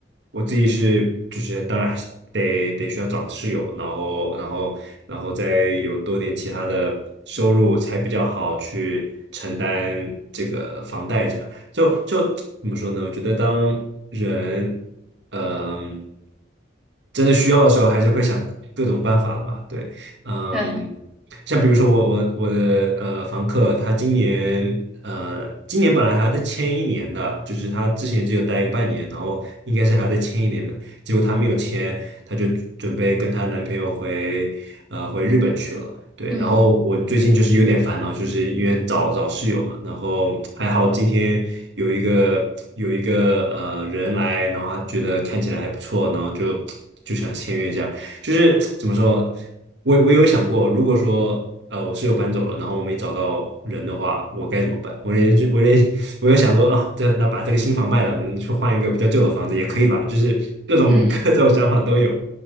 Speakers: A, on the right; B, in the centre.
A: 我自己是就是当然是得得需要找室友，然后然后然后再有多点其他的收入才比较好去承担这个房贷这样，就就怎么说呢？我觉得当人嗯、真的需要的时候，还是会想各种办法的嘛，对。嗯，
B: 对，
A: 像比如说我我我的呃房客，他今年呃今年本来还要再签一年的，就是他之前只有待个半年，然后应该是还要再签一年的，结果他没有签，他就准备跟她男朋友回呃回日本去了。对，
B: 嗯
A: 然后我最近就是有点烦恼，就是因为找找室友嘛，然后还好今天有一个有一个呃人来，然后他觉得看起来还不错，然后就就想签约这样。就是怎么说，我我有想过，如果说呃我室友搬走了，然后我没找到人的话，我该怎么办？我连我连我有想说啊，对，那把这个新房卖了，嗯去换一个比较旧的房子也可以吧？就是各种
B: 嗯，
A: <laughs> 各种想法都有。